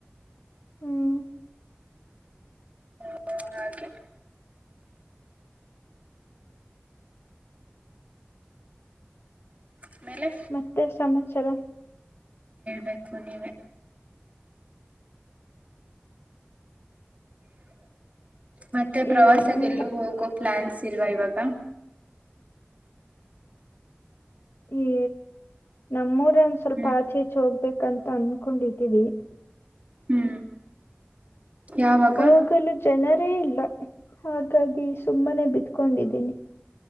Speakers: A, on the left (about 80°); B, on the right (about 40°).
A: ಹ್ಮ್
B: ಹ ಹಾಗೆ <unintelligible> ಆಮೇಲೆ
A: ಮತ್ತೆ ಸಮಾಚಾರ
B: ಬೇಕು ನೀವೇ <unintelligible> ಮತ್ತೆ ಪ್ರವಾಸಕ್ಕೆ
A: ಏನೂ
B: ಎಲ್ಲೂ
A: ಇಲ್ಲ
B: ಹೋಗೋ ಪ್ಲಾನ್ಸ್ ಇಲ್ವಾ ಇವಾಗ
A: ಈ ನಮ್ಮೂರ ಒಂದ್ ಸ್ವಲ್ಪ
B: ಹ್ಮ್
A: ಆಚೆ ಈಚೆ ಹೋಗ್ಬೇಕಂತ ಅನ್ಕೊಂಡಿದೀವಿ
B: ಹ್ಮ್ ಯಾವಾಗ
A: ಹೋಗಲು ಜನರೇ ಇಲ್ಲ ಹಾಗಾಗಿ ಸುಮ್ಮನೆ ಬಿತ್ಕೊಂಡಿದ್ದೀನಿ